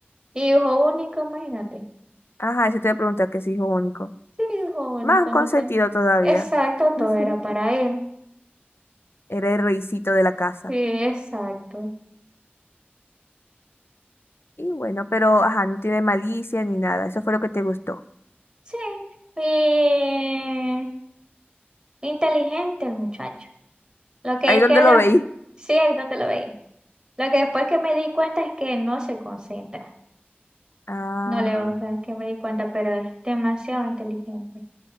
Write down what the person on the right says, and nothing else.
Y hijo único, imagínate.
Sí, hijo único,
entonces.
Exacto, todo
era para él.
Sí, exacto.
Sí. Y inteligente el muchacho. Lo que
es
que haya,
sí, ahí donde lo veis. Lo que después que me di cuenta es que no se concentra.
No le gusta, es que me di cuenta, pero es demasiado inteligente.